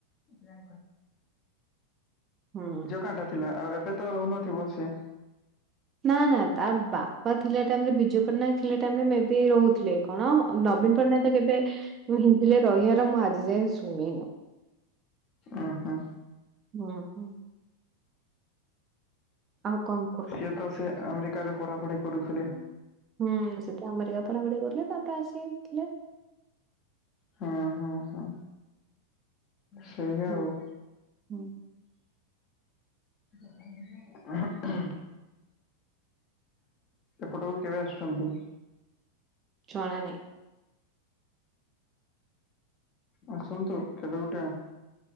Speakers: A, on the left (about 35°); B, on the right (about 25°).
A: ନିଜ
B: ହୁଁ
A: ଗାଁ ଟା। ଥିଲା ଆଉ ଏବେ ତ ରହୁନଥିବ ସିଏ।
B: ନା ନା ତା ବାପା ଥିଲା ଟାଇମ୍ ରେ ବିଜୁ ପଟ୍ଟନାୟକ ଥିଲା ଟାଇମ୍ ରେ ମେ ବି ରହୁଥିଲେ। କଣ ନବୀନ ପଟ୍ଟନାୟକ ତ କେବେ ହିଞ୍ଜିଳି ରେ ରହିବାର ମୁଁ ଆଜି ଯାଏ ଶୁଣିନି।
A: ଆ ହା।
B: ହୁଁ ହୁଁ। ଆଉ କଣ କୁହ।
A: ସିଏ ତ ସେ ଆମେରିକାରେ ପଢ଼ାପଢ଼ି କରୁଥିଲେ।
B: ହୁଁ ସେତ ଆମେରିକାରେ ପଢାପଢି କରୁଥିଲେ ତାପରେ ଆସିଥିଲେ।
A: ହଁ ହଁ ହଁ ସେଇଆ
B: ହୁଁ
A: ଆଉ।
B: ହୁଁ।
A: ଉଁ ହୁଁ। ଏପଟକୁ କେବେ ଆସୁଛନ୍ତି।
B: ଜଣା ନାହିଁ।
A: ଆସନ୍ତୁ କେବେ ଗୁଟେ ଆ।